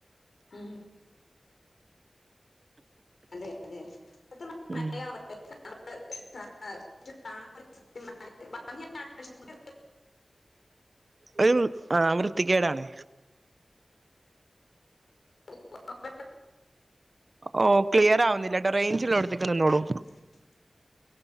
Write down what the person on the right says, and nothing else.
ഉം
ഒരു ആഹ് വൃത്തികേടാണ്
ഓഹ് ക്ലിയർ ആവുന്നില്ലട്ടോ റേഞ്ചിള്ളടുത്തേക്ക് നിന്നോളൂ